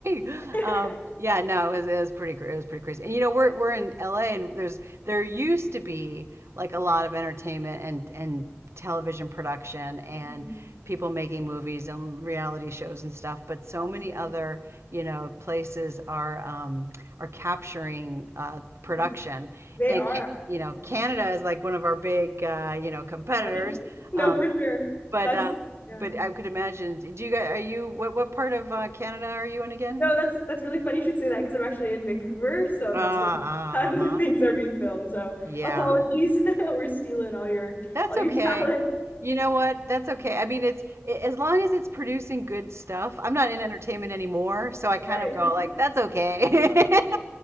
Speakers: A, on the right (about 80°); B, on the left (about 45°).
A: me?"
B: <laughs>
A: Um, yeah, no, it was, it was pretty, cra- it was pretty crazy. And you know, we're we're in LA, and there's there used to be like a lot of entertainment and and television production and
B: Mhm.
A: people making movies and reality shows and stuff. But so
B: Yes,
A: many
B: yeah.
A: other you know places are um, are capturing uh, production,
B: Mhm. They
A: and
B: are
A: can,
B: actually,
A: you know,
B: yeah.
A: Canada is like one of our big uh, you know competitors.
B: Competitors. <laughs> No,
A: Um,
B: for sure.
A: but
B: That's
A: uh,
B: yeah.
A: but I could imagine. Do you guys, are you what what part of uh, Canada are you in again?
B: No, that's that's really funny you should say that because I'm actually in Vancouver, so
A: Uh,
B: that's
A: uh,
B: where <laughs> tons
A: uh-huh.
B: of things are being filmed. So
A: Yeah,
B: apologies. <laughs> We're stealing all your
A: That's
B: all your
A: okay.
B: talent.
A: You know what? That's okay. I mean, it's a- as long as it's producing good stuff. I'm not in entertainment anymore, so I kind
B: Right.
A: of go like, that's okay. <laughs>